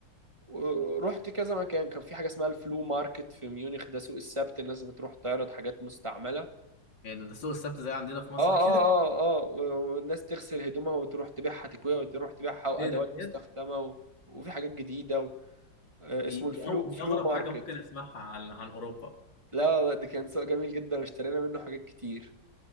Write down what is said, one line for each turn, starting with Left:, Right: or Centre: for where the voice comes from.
Right: ورحت كذا مكان كان في حاجه اسمها الفلو ماركت في ميونخ ده سوق السبت الناس بتروح تعرض حاجات مستعمله اه
Left: ايه ده ده سوق السبت زي عندنا في مصر
Right: اه
Left: كده
Right: اه اه و- والناس تغسل هدومها وتروح تبيعها تكويها وتروح تبيعها
Left: <laughs>
Right: وادوات
Left: ايه ده بجد
Right: مستخدمه و... وفي حاجات جديده و... آه
Left: دي
Right: اسمه
Left: دي
Right: الفلو
Left: أو دي
Right: فلو
Left: اغرب
Right: ماركت
Left: حاجه ممكن اسمعها عن عن اوروبا
Right: لا لا ده كان سوق جميل جدا واشترينا منه حاجات كتير